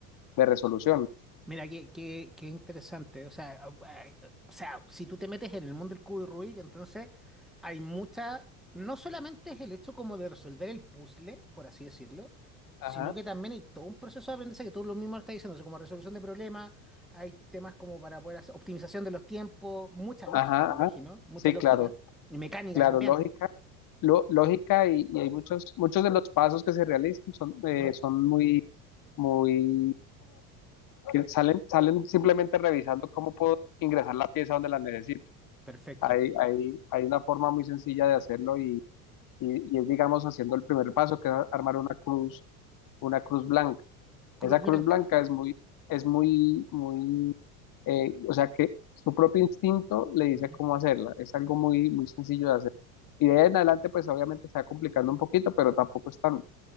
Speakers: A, on the left (about 45°); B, in the centre.
A: de resolución.
B: Mira, qué, qué, qué interesante. O sea, ah, ah, o sea, si tú te metes en el mundo del cubo de Rubik, entonces hay mucha. No solamente es el hecho como de resolver el puzzle, por así decirlo, sino
A: Ajá,
B: que también hay todo un proceso de aprendizaje que tú lo mismo estás diciendo, o sea, como resolución de problemas, hay temas como para poder hacer optimización de los tiempos, mucha lógica,
A: ajá,
B: me imagino,
A: ajá.
B: mucha
A: Sí,
B: lógica
A: claro.
B: y mecánica
A: Claro,
B: también.
A: lógica, lo- lógica y, y hay muchos, muchos de los pasos que se realizan son, eh,
B: Ujú,
A: son muy, muy, que salen, salen simplemente revisando cómo puedo ingresar la pieza donde la necesito.
B: Perfecto.
A: Hay, hay, hay una forma muy sencilla de hacerlo y, y, y es, digamos, haciendo el primer paso, que es a- armar una cruz, una cruz blanca.
B: Cruz
A: Esa cruz
B: Blanca.
A: blanca es muy, es muy, muy eh, o sea que su propio instinto le dice
B: Ujú,
A: cómo hacerla, es algo muy, muy sencillo de hacer. Y de ahí en adelante, pues obviamente se va complicando un poquito, pero tampoco es tan,